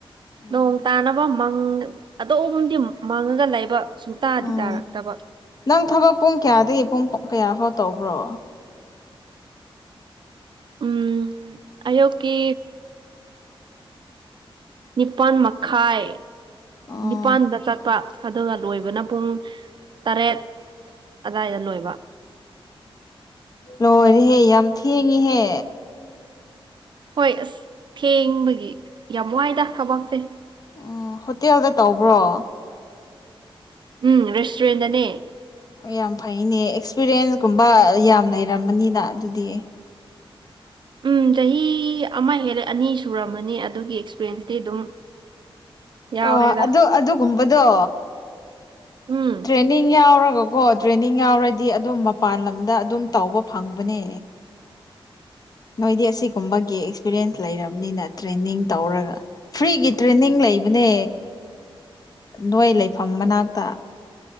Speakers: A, on the left; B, on the right.
A: ꯎꯝ
B: ꯅꯣꯡ ꯇꯥꯅꯕ ꯃꯪ ꯑꯗꯣꯝꯗꯤ ꯃꯪꯉꯒ ꯂꯩꯕ ꯁꯨ ꯇꯥꯗꯤ
A: ꯑꯣ
B: ꯇꯥꯔꯛꯇꯕ
A: ꯅꯪ ꯊꯕꯛ ꯄꯨꯡ ꯀꯌꯥꯗꯒꯤ ꯄꯨꯡ ꯀꯌꯥ ꯐꯥꯎ ꯇꯧꯕ꯭ꯔꯣ
B: ꯎꯝ ꯑꯌꯨꯛꯀꯤ ꯅꯤꯄꯥꯜ ꯃꯈꯥꯏ
A: ꯑꯣ
B: ꯅꯤꯄꯥꯜꯗ ꯆꯠꯄ ꯑꯗꯨꯒ ꯂꯣꯏꯕꯅ ꯄꯨꯡ ꯇꯔꯦꯠ ꯑꯏꯗ ꯂꯣꯏꯕ
A: ꯂꯣꯏꯔꯦꯍꯦ ꯌꯥꯝ ꯊꯦꯡꯉꯍꯦ
B: ꯍꯣꯏ ꯑꯁ ꯊꯦꯡꯕꯒꯤ ꯌꯥꯝ ꯅꯨꯡꯉꯥꯏꯗ ꯀꯕꯥꯛꯁꯦ
A: ꯎꯝ ꯍꯣꯇꯦꯜꯗ ꯇꯧꯕ꯭ꯔꯣ
B: ꯎꯝ ꯔꯦꯁꯇꯨꯔꯦꯟꯗꯅꯦ
A: ꯌꯥꯝ ꯐꯩꯅꯦ ꯑꯦꯛꯁꯄꯤꯔꯤꯟꯁ ꯀꯨꯝꯕ ꯌꯥꯝ ꯂꯩꯔꯝꯕꯅꯤꯅ ꯑꯗꯨꯗꯤ
B: ꯎꯝ ꯆꯍꯤ ꯑꯃ ꯍꯦꯜꯂꯦ ꯑꯅꯤ ꯁꯨꯔꯝꯃꯅꯤ ꯑꯗꯨꯒꯤ ꯑꯦꯛꯁꯄꯔꯌꯦꯟꯁꯇꯤ ꯑꯗꯨꯝ ꯌꯥꯎꯔꯦꯗ
A: ꯑꯣ ꯑꯗꯨ ꯑꯗꯨꯒꯨꯝꯕꯗꯣ
B: ꯎꯝ
A: ꯇ꯭ꯔꯦꯅꯤꯡ ꯌꯥꯎꯔꯒꯀꯣ ꯇ꯭ꯔꯦꯅꯤꯡ ꯌꯥꯎꯔꯗꯤ ꯑꯗꯨꯝ ꯃꯄꯥꯟ ꯂꯝꯗ ꯑꯗꯨꯝ ꯇꯧꯕ ꯐꯪꯕꯅꯦ ꯅꯣꯏꯗꯤ ꯑꯁꯤꯒꯨꯝꯕꯒꯤ ꯑꯦꯛꯁꯄꯤꯔꯤꯌꯦꯟꯁ ꯂꯩꯔꯕꯅꯤꯅ ꯇ꯭ꯔꯦꯟꯅꯤꯡ ꯇꯧꯔꯒ ꯐ꯭ꯔꯤꯒꯤ ꯇ꯭ꯔꯦꯟꯅꯤꯡ ꯂꯩꯕꯅꯦ ꯅꯣꯏ ꯂꯩꯐꯝ ꯃꯅꯥꯛꯇ